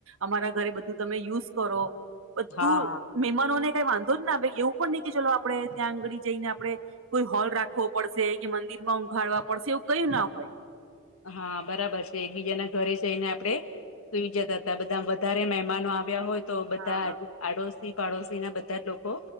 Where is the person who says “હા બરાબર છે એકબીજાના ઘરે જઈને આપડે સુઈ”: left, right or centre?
Left